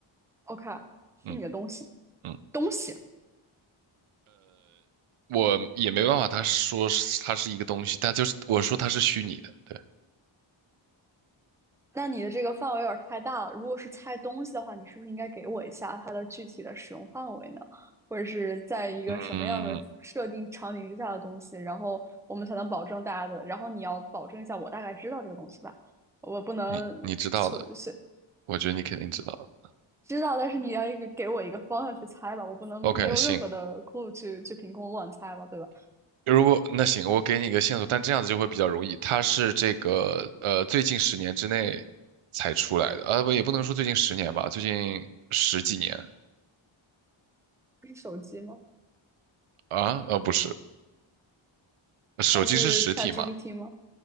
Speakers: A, in the centre; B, on the right (about 80°).
A: 我，OK，是你的东西，
B: 嗯嗯，
A: 东西。
B: 我也没办法，他说是它是一个东西，但就是我说它是虚拟的，对，
A: 那你的这个范围有点太大了。如果是猜东西的话，你是不是应该给我一下它的具体的使用范围呢？或者是在一个什么样的设定场景之下的东西，
B: 嗯，
A: 然后我们才能保证大家的，然后你要保证一下我大概知道这个东西吧，我不能随随
B: 你你知道的，我觉得你肯定知道的。
A: 知道，但是你要一个给我一个方向去猜吧，我不能没有任何的
B: OK，行，
A: clue 去去凭空乱猜吧，对吧？
B: 如果那行，我给你一个线索，但这样子就会比较容易。它是这个呃最近十年之内才出来的，啊不也不能说最近十年吧，最近十几年
A: 是手机吗？
B: 啊，呃不是，手机是实体嘛？
A: 还是 ChatGPT 吗？